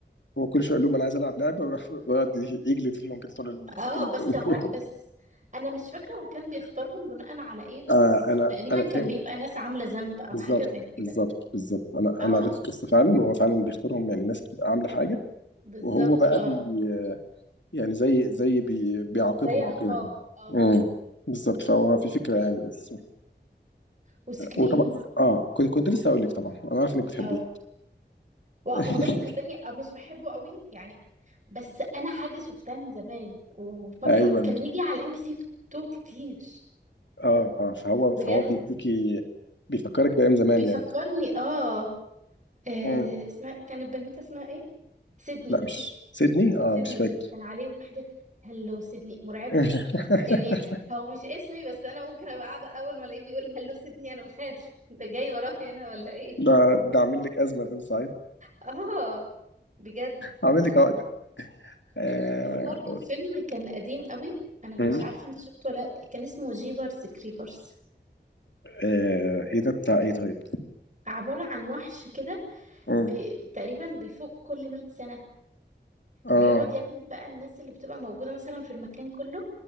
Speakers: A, on the left (about 80°); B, on the right (about 40°).
A: هو كل شويه يقول لهم انا عايز العب لعبه ويروح- <laughs> ويقعد يجلد فيهم كده طول ال...
B: اه
A: طول
B: بس
A: ال...
B: هو بس
A: <laughs>
B: انا مش فاكره هو كان بيختارهم بناء على ايه بس
A: آه انا
B: تقريبا
A: انا فهمت
B: كان بيبقى ناس عامله ذنب او
A: بالظبط
B: حاجه زي كده
A: بالظبط بالظبط انا
B: اه
A: انا قريت القصه فعلا وهو فعلا بيختارهم يعني الناس بتبقى عامله حاجه
B: بالظبط
A: وهو بقى
B: اه
A: بي <laughs> يعني زي زي بي... بيعاقبهم
B: زي عقاب
A: او كده يعني
B: اه
A: امم بالظبط فهو
B: و...
A: في فكره يعني بس
B: وسكريم
A: وطبعا اه كنت كنت لسه هقول لك طبعا انا عارف انك بتحبيه
B: اه و...
A: <laughs>
B: والله صدقني اه مش بحبه قوي يعني بس انا حاجه شفتها من زمان وفاكره
A: ايوه
B: كان بيجي على ام بي سي تو كتير
A: اه اه فهو
B: بجد
A: فهو بيديكي بيفكرك بايام زمان
B: بيفكرني اه آه،
A: يعني
B: اسمها كانت بنوته اسمها ايه سيدني
A: لا مش سيدني اه
B: سيدني
A: مش فاكر
B: كان عليه واحده هلو سيدني مرعبه
A: <laughs>
B: يعني هو مش اسمي بس انا ممكن ابقى قاعده اول ما الاقيه بيقول هلو سيبني انا بخاف <laughs> ده جاي ورايا انا ولا ايه
A: ده ده عامل لك ازمه ده ساعتها
B: اه بجد
A: عامل لي قاعده آه...
B: وفي برضو فيلم كان قديم قوي انا
A: م-
B: مش عارفه انت شفته ولا لأ، كان اسمه جيبرز كريبرز
A: آه... ايه ده بتاع ايه طيب؟
B: عباره عن وحش كده
A: م-
B: ب... تقريبا بيفوق كل 100 سنه
A: اه
B: بيقعد ياكل بقى الناس اللي بتبقى موجوده مثلا في المكان كله